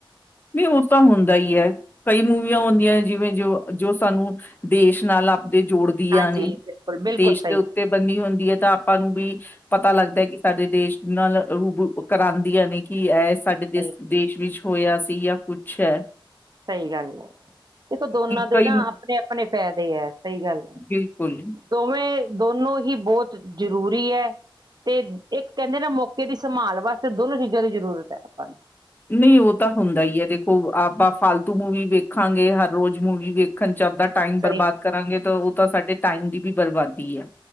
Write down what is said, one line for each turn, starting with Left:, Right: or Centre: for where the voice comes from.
Left: ਨੀ ਓਸ ਤਾ ਹੁੰਦਾ ਈ ਐ। ਕਈ ਮੂਵੀਆਂ ਹੋਂਦੀਐਂ ਜਿਵੇਂ ਜੋ, ਜੋ ਸਾਨੂੰ ਦੇਸ਼ ਨਾਲ ਆਪਦੇ ਜੋੜ ਦੀਆਂ
Right: ਹਾਂਜੀ
Left: ਨੇ,
Right: ਬਿਲਕੁਲ ਬਿਲਕੁਲ
Left: ਦੇਸ਼
Right: ਸਹੀ
Left: ਦੇ ਉੱਤੇ
Right: ਗੱਲ
Left: ਬੰਨੀ ਹੁੰਦੀ ਐ, ਤਾਂ ਆਪਾਂ ਨੂੰ ਵੀ ਪਤਾ ਲੱਗਦਾ ਐ ਕਿ ਸਾਡੇ ਦੇਸ਼ ਨਾਲ ਰੂਬੂ ਉ ਕਰਾਂਦੀਆਂ ਨੇ, ਕਿ ਐਸ ਸਾਡੇ ਦੇਸ,
Right: ਸਹੀ
Left: ਦੇਸ਼ ਵਿੱਚ ਹੋਯਾ ਸੀ, ਯਾ ਕੁੱਛ ਐ।
Right: ਸਈ ਗਾੱਲ ਐ। ਦੇਖੋ ਦੋਨਾਂ ਦੇ
Left: ਕਈ
Right: ਨਾ ਆਪਨੇ- ਆਪਨੇ ਫੈਦੇ ਆ, ਸਈ ਗਾੱਲ ਐ।
Left: ਬਿਲਕੁਲ
Right: ਦੋਵੇਂ, ਦੋਨੋ ਈ ਬੋਤ ਜ਼ਰੂਰੀ ਐ। ਤੇ ਏਕ ਕੈਂਦੇ ਨੈ ਮੌਕੇ ਦੀ ਸੰਮਾਲ ਵਾਸਤੇ ਦੋਨੋ ਚੀਜ਼ਾਂ ਦੀ ਜ਼ਰੂਰਤ ਐ ਆਪਾਂ ਨੂੰ।
Left: ਨੀ ਓ ਤਾ ਹੁੰਦਾ ਈ ਐ ਦੇਖੋ, ਆਪਾ ਫਾਲਤੂ ਮੂਵੀ ਵੇਖਾਂਗੇ, ਹਰ ਰੋਜ਼ ਮੂਵੀ ਵੇਖ ਖੰਚ ਆਪਦਾ ਟਾਈਮ
Right: ਸਹੀ
Left: ਬਰਬਾਦ
Right: ਗੱਲ।
Left: ਕਰਾਂਗੇ, ਤਾਂ ਓਤਾ ਸਾਡੇ ਟਾਈਮ ਦੀ ਵੀ ਬਰਬਾਦੀ ਐ।